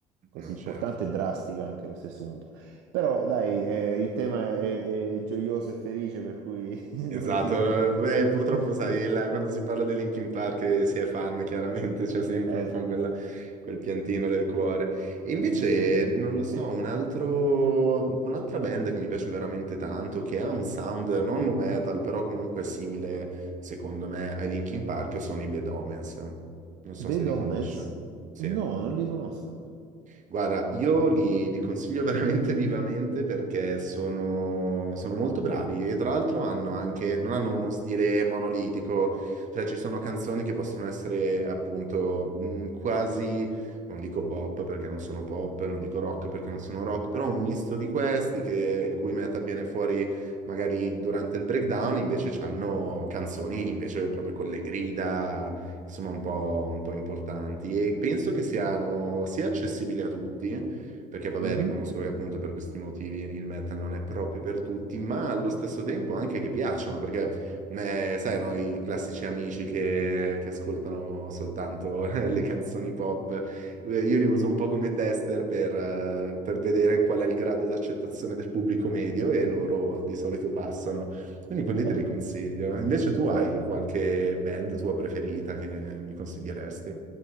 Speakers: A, on the right; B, on the right.
A: così
B: no,
A: importante
B: certo.
A: e drastica anche allo stesso punto. Però dai, eh, il tema è, è gioioso e felice, per cui <laughs> non
B: Esatto,
A: ci...
B: eh, eh, purtroppo
A: <laughs>
B: sai, la- quando si parla di Linkin Park eh, si è fan, chiaramente <laughs> c'è sempre
A: eh,
B: un po' quella- quel piantino del cuore. E
A: di
B: invece,
A: dispiacere,
B: non lo
A: sì.
B: so, un altro, un'altra band che mi piace veramente tanto, che ha un sound non nu metal, però comunque simile, secondo me, ai Linkin Park, sono i Bad Omens. Non so
A: The
B: se li
A: Omens?
B: conosci. Sì.
A: No, non li conosco.
B: Guarda, io li, li consiglio veramente <laughs> vivamente perché sono, sono molto bravi e tra l'altro hanno anche, non hanno uno stile monolitico, cioè ci sono canzoni che possono essere appunto mh, quasi, non dico pop perché non sono pop, non dico rock perché non sono rock, però un misto di questi che, il cui metal viene fuori magari durante il breakdown, invece hanno canzoni invece proprio con le grida insomma un po', un po' importanti e penso che siano sia accessibili a tutti, perché vabbè
A: Mhm.
B: riconosco che appunto per questi motivi il metal non è proprio per tutti, ma allo stesso tempo anche che piacciono, perché eh, sai, no, i classici amici che, che ascoltano soltanto <laughs> le canzoni pop, eh, io li uso un po' come tester per, eh, per vedere qual è il grado d'accettazione del pubblico medio e loro di solito passano. Quindi quelli te
A: Beh,
B: li consiglio. Invece tu hai
A: guarda.
B: qualche band tua preferita che mi consiglieresti?